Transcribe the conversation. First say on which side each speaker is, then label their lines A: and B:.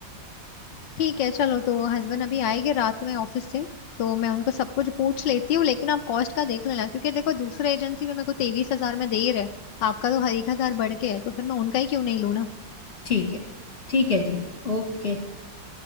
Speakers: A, on the left; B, on the left.
A: ठीक है चलो तो हस्बैंड अभी आएंगे रात में ऑफिस से तो मैं उनको सब कुछ पूछ लेती हूँ लेकिन आप कॉस्ट का देख लेना क्योंकि देखो दूसरे एजेंसी में मेरे को तेईस हजार में दे ही रहे आपका तो हर एक हजार बढ़ के है तो फिर मैं उनका ही क्यों नहीं लूँ ना
B: ठीक है ठीक है जी ओके